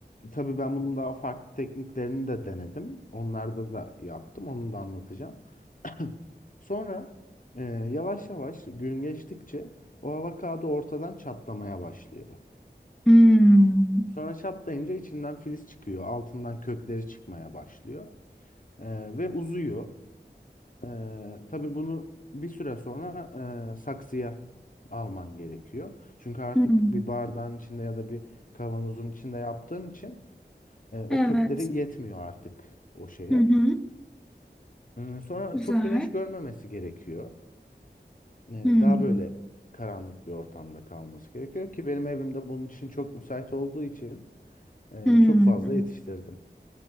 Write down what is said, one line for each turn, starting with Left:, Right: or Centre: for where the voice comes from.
Left: tabii ben bunun daha farklı tekniklerini de denedim. Onlarda da yaptım. Onu da anlatacağım. <clears throat> Sonra e, yavaş yavaş gün geçtikçe o avokado ortadan çatlamaya başlıyor.
Centre: Hmm.
Left: Sonra çatlayınca içinden filiz çıkıyor. Altından kökleri çıkmaya başlıyor. Ee, ve uzuyor. Ee, tabii bunu bir süre sonra e, saksıya alman gerekiyor. Çünkü artık
Centre: Hmm.
Left: bir bardağın içinde ya da bir kavanozun içinde yaptığın için e, o
Centre: Evet.
Left: kökleri yetmiyor artık o şeye.
Centre: Hı hı.
Left: Ee, Sonra
Centre: Güzel.
Left: çok güneş görmemesi gerekiyor. Ee,
Centre: Hmm.
Left: Daha böyle karanlık bir ortamda kalması gerekiyor ki benim evimde bunun için çok müsait olduğu için e,
Centre: Hmm.
Left: çok fazla yetiştirdim.